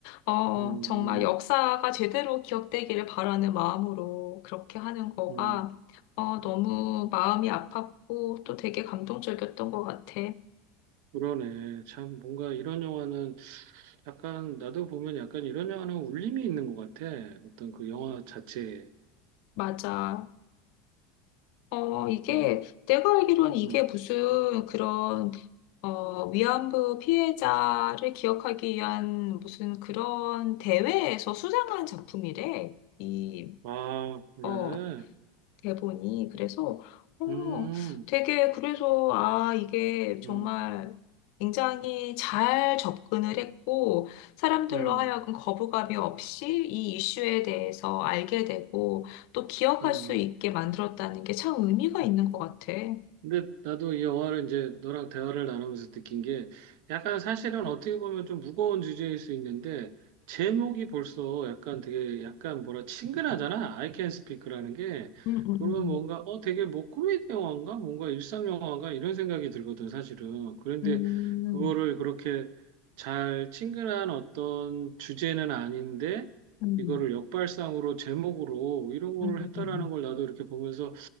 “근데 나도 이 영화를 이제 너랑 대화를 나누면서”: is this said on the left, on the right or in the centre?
Right